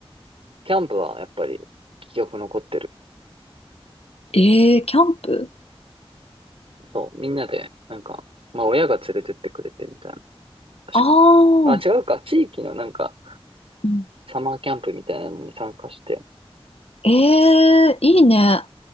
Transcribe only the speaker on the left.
えー、キャンプ
ああー、
うん
えー、いいね。